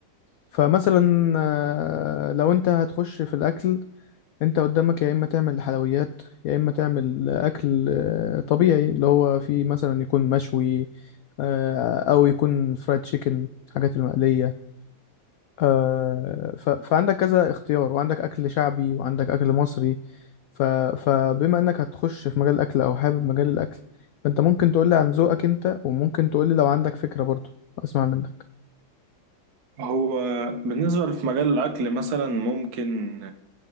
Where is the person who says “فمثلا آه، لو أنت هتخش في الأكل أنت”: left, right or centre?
Left